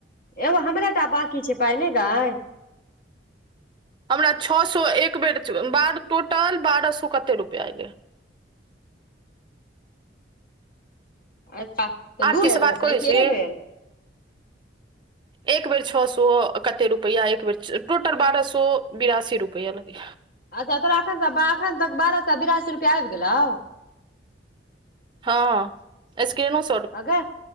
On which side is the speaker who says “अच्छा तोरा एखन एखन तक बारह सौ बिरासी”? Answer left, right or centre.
Left